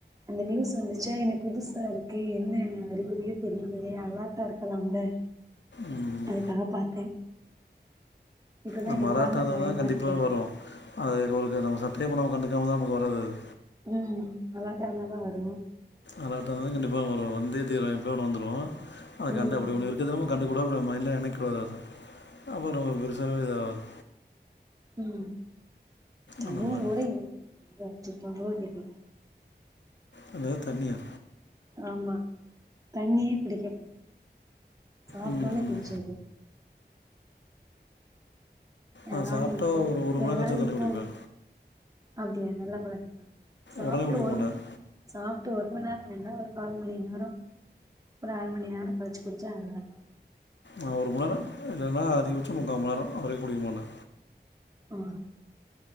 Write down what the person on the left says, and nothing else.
ம்
நம்ம
அலர்ட்டானா
தா கண்டிப்பா வரு அது உங்ககு நம்ம சட்டயே பண்ணாம கண்டுக்காம தா நமக்கு வராது அது
அளாட்டாருந்தாலும் கண்டிப்பா வரும் வந்தே தீரு எப்டியோ ஒண்ணு வந்துரு அத
கண்ட அப்டி ஒண்ணுருக்கத நாமக் கண்டுக்கூடா அப்ற மைண்ட்லே நெணைக்கூடா அது அப்ப ரொம்ப பெருசாவே இதாகாது
அந்த மாரி.
அத தண்ணியா
ம்.
ஆ சாப்டா
ஒரு ஒரு மண்நேர
கழிச் தா தண்ணி
குடிப்ப
உடனே குடிக்க
மாட்டேன்.
ஆ ஒரு மநேர இல்லன்னா அதிகபட்சோ முக்காமநேரோ அதுவர குடிக்கமாட்ட